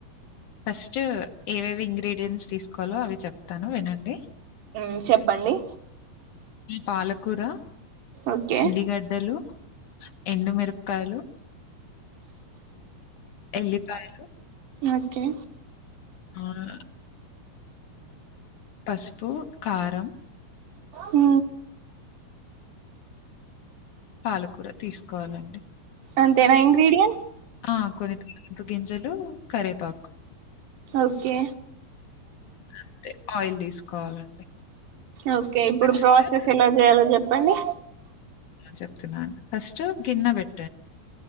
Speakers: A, on the left; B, on the right.
A: ఫస్ట్ ఏవేవి ఇంగ్రీడియన్ట్స్ తీసుకోవాలో అవి చెప్తాను వినండి
B: ఊ చెప్పండి
A: పాలక్ కూర
B: ఓకే
A: ఉల్లిగడ్డలు ఎండుమిరపకాయలు ఎల్లిపాయలు
B: ఓకే
A: <unintelligible> పసుపు కారం
B: ఊ
A: పాలకూర తీసుకోవాలండి
B: అంతేనా ఇంగ్రీడియంట్స్
A: కొన్ని తాళింపు గింజలు కరేపాకు
B: ఓకే
A: అంతే ఆయిల్ తీసుకోవాలండి
B: ఓకే ఇప్పుడు
A: ఫస్టు
B: ప్రాసెస్ ఎలా చేయాలో చెప్ ప్పండి
A: చెప్తున్నాను ఫస్ట్ గిన్నె బెట్